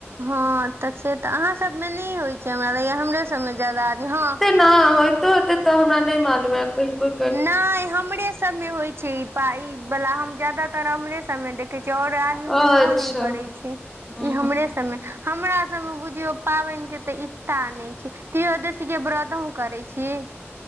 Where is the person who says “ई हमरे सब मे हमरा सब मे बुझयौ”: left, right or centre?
Right